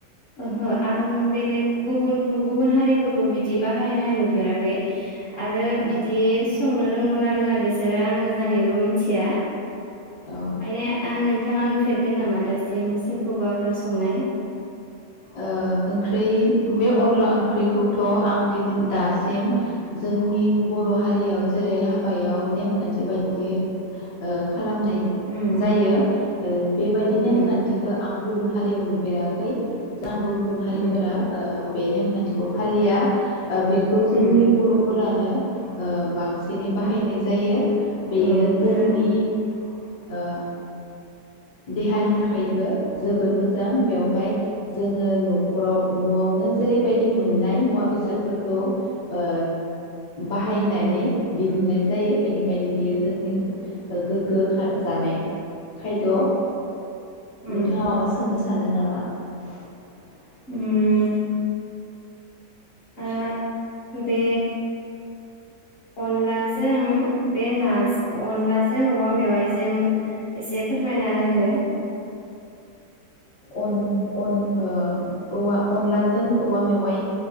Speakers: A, on the left; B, on the left.
A: ओहो आं बेलेग गुबुन गुबुन हारिफोरखौ बिदि बाहायनाय नुफेराखै। आरो
B: औ
A: बिदि संनो रोंगौना रोङा बिसोरो आं मोजाङैबो मिथिया
B: औ
A: माने ओ नोंथाङा नुफेरदों नामा दासिम सोरखौबाफोर संनाय?
B: ओ ओंख्रि बे अनला ओंख्रिखौथ आं दिनै दासिम जोंनि बर' हारियाव जेरै हाबायाव नेमखान्थि बायदियै ओ खालामनाय
A: उम
B: जायो ओ बेबायदि नेमखान्थिखौ
A: उम
B: आं गुबुन हारियाव नु फेराखै नांगौ गुबुन हारिफोरा
A: उम
B: ओ बे नेम खान्थिखौ फालिया बेखौ जोंनि
A: उम
B: बर'फोरानो ओ बांसिनै बाहायनाय जायो। बेयो
A: उम
B: जोंनि
A: आरो
B: ओ देहानि थाखायबो जोबोर मोजां बेवहाय जोङो नखराव नआवनो जेरैबायदि मोननाय मुवा बेसादफोरखौ ओ बाहायनानै दिहुननाय जायो बेनिखायनो बियो जोंनि गोग्गो खार जानाय खायद
A: उम
B: नोंथाङा माबा सोंनो सानदों नामा <inaudible>
A: उम ओ बे अनलाजों बे ना अनलाजों औवा मेवाइजों एसे फोरमायना होदो
B: अन अन ओ औवा अनलाजों औवा मेवाइ